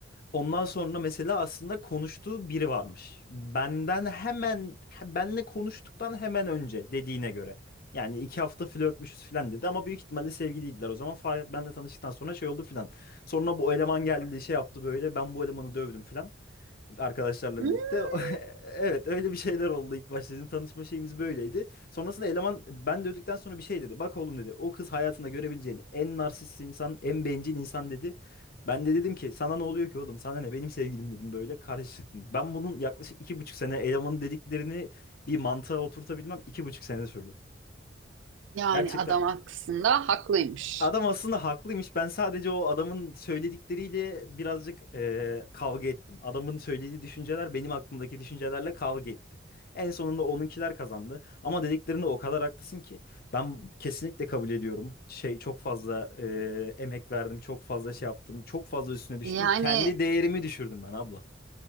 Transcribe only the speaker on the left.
Ondan sonra mesela aslında konuştuğu biri varmış. Benden hemen he- benle konuştuktan hemen önce dediğine göre. Yani iki hafta flörtmüşüz falan dedi ama büyük ihtimalle sevgiliydiler. O zaman Farhat benle tanıştıktan sonra şey oldu falan. Sonra bu eleman geldi şey yaptı böyle ben bu elemanı dövdüm falan arkadaşlarla
birlikte. <laughs> Evet öyle bir şeyler oldu ilk başta. Bizim tanışma şeyimiz böyleydi. Sonrasında eleman ben de öldükten sonra bir şey dedi. Bak oğlum dedi o kız hayatında görebileceğin en narsist insan, en bencil insan dedi. Ben de dedim ki sana ne oluyor ki oğlum sana ne benim sevgilim dedim böyle karıştırdım. Ben bunun yaklaşık iki buçuk sene elemanın dediklerini bir mantığa oturtabilmem iki buçuk sene sürdü.
Gerçekten
Adam aslında haklıymış. Ben sadece o adamın söyledikleriyle birazcık eee, kavga ettim. Adamın söylediği düşünceler benim aklımdaki düşüncelerle kavga etti. En sonunda onunkiler kazandı. Ama dediklerinde o kadar haklısın ki. Ben kesinlikle kabul ediyorum. Şey çok fazla eee, emek verdim, çok fazla şey yaptım, çok fazla üstüne düştüm.
Kendi değerimi düşürdüm ben abla.